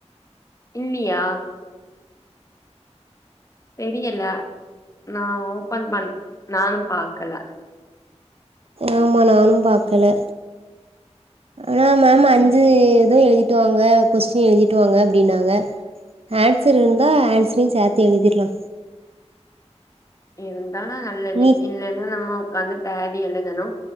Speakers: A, on the left (about 25°); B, on the right (about 55°).
A: இல்லியா தெரியல நா ஓபன் பண் நானும் பாக்கல
B: ஆமா நானு பாக்கல ஆனா மேம் அஞ்சு
A: ம்
B: ஏதுவு எழு திட்டுவாங்க கொஸ்டின் எழுதிட்டுவாங்க அப்டின்னாங்க ஆன்சர் இருந்தா ஆன்சரையு சேர்த்து எழுதிடலா
A: இருந்தா நல்லது
B: நீ
A: இல்லன்னா நம்ம உக்காந்து தேடி எழுதணு